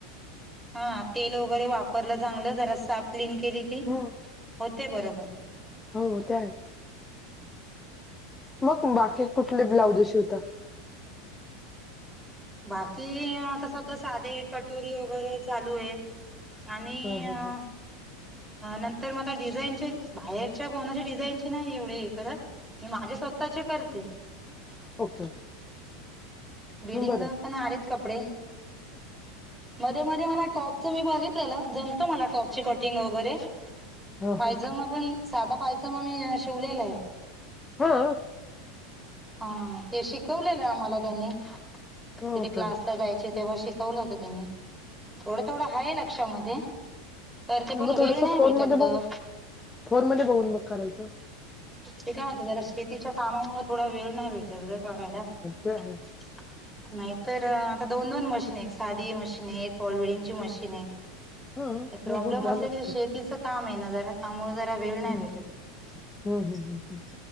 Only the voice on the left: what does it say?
हम्म
हो ते आहे. मग बाकी कुठले ब्लाउज शिवतात?
हा हा
ह
Okay, okay.
बरं
आहे.
हा
ह
हो.
हो
काय
मग
थोडस
फोन
मध्ये
बघ फोन मध्ये बघून बघ करायचं.
ते आहे
हा
मग होत झालं
असत
हम्म,
हम्म, हम्म, हम्म.